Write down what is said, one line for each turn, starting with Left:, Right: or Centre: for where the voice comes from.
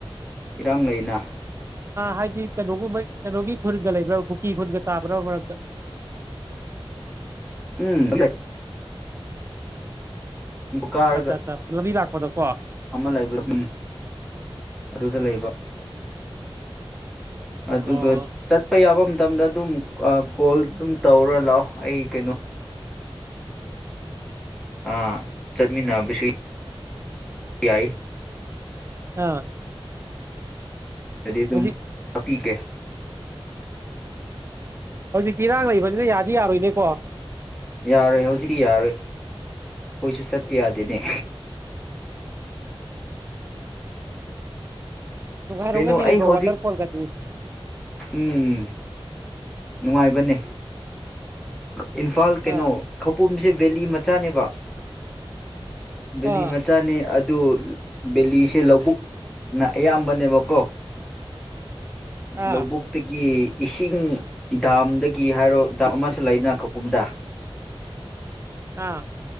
Centre: ꯏꯔꯥꯡ ꯂꯩꯅ
Right: ꯍꯥꯏꯗꯤ ꯀꯩꯅꯣꯒꯨꯝꯕꯩ ꯀꯩꯅꯣꯒꯤ ꯈꯨꯜꯗ ꯂꯩꯕ꯭ꯔꯥ ꯄꯨꯀꯤ ꯈꯨꯠꯀ ꯇꯥꯕ꯭ꯔꯥ ꯃꯔꯛꯇ
Centre: ꯎꯝ ꯀꯥꯔꯒ
Right: ꯑꯆꯥ ꯑꯆꯥ ꯂꯕꯤ ꯂꯥꯛ ꯀꯗꯀꯣ
Centre: ꯑꯃ ꯂꯩꯕ ꯃꯤ ꯑꯗꯨꯗ ꯂꯩꯕ ꯑꯗꯨꯒ
Right: ꯑꯣ
Centre: ꯆꯠꯄ ꯌꯥꯐꯝ ꯃꯇꯝꯗ ꯑꯗꯨꯝ ꯀꯣꯜ ꯑꯗꯨꯝ ꯇꯧꯔ ꯂꯥꯛꯑꯣ ꯑꯩ ꯀꯩꯅꯣ ꯑꯥ ꯆꯠꯃꯤꯟꯅꯕꯁꯨ ꯌꯥꯏ
Right: ꯑꯥ
Centre: ꯑꯗꯨꯗꯤ ꯑꯗꯨꯝ
Right: ꯍꯧꯖꯤꯛ
Centre: ꯍꯥꯞꯄꯤꯒꯦ
Right: ꯍꯧꯖꯤꯛ ꯀꯔꯥꯡꯒꯏ ꯁꯤꯗ ꯌꯥꯗꯤ ꯌꯥꯔꯣꯏꯗꯦꯀꯣ
Centre: ꯌꯥꯔꯣꯏ ꯍꯧꯖꯤꯛꯇꯤ ꯌꯥꯔꯣꯏ ꯑꯩꯈꯣꯏꯁꯨ ꯆꯠꯄ ꯌꯥꯗꯦꯅꯦ
Right: ꯨꯡꯉꯥꯏꯔꯣꯒꯗꯤꯅꯦꯕ꯭ꯔꯣ
Centre: ꯀꯩꯅꯣ ꯑꯩ ꯍꯧꯖꯤꯛ
Right: ꯋꯥꯇꯔꯐꯣꯜꯒꯗꯤꯅꯤ
Centre: ꯎꯝ ꯅꯨꯡꯉꯥꯏꯕꯅꯦ <unintelligible> ꯏꯝꯐꯥꯜ ꯀꯩꯅꯣ
Right: ꯑꯥ
Centre: ꯈꯧꯄꯨꯝꯁꯤ ꯕꯦꯂꯤ ꯃꯆꯥꯅꯦꯕ ꯕꯂꯤ
Right: ꯑꯥ
Centre: ꯃꯆꯥꯅꯦ ꯑ ꯑꯗꯨ ꯕꯦꯂꯤꯁꯦ ꯂꯧꯕꯨꯛꯅ ꯑꯌꯥꯝꯕꯅꯦꯕꯀꯣ
Right: ꯑꯥ
Centre: ꯂꯧꯕꯨꯛꯇꯒꯤ ꯏꯁꯤꯡ ꯗꯥꯝꯗꯒꯤ ꯍꯥꯏꯔꯣ ꯗꯥꯝ ꯑꯃ ꯂꯩꯅ ꯀꯄꯨꯝꯗ
Right: ꯑꯥ